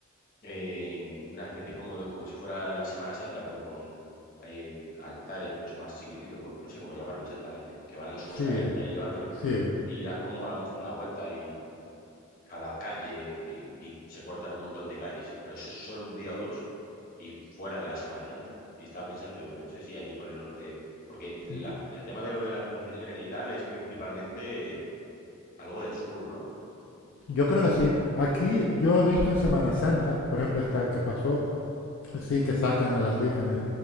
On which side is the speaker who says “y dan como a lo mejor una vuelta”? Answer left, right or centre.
Left